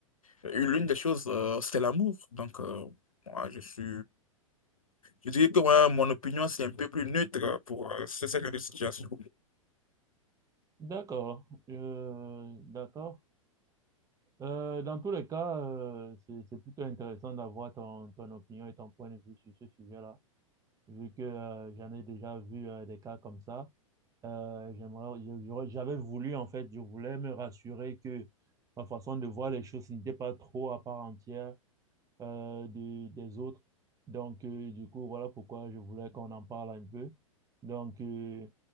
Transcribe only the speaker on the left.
Euh, L'une des choses, euh, c'est l'amour. Donc, euh, moi, je suis, je dirais que ouais, mon opinion, c'est un peu plus neutre euh, pour euh, ce ce genre de situation.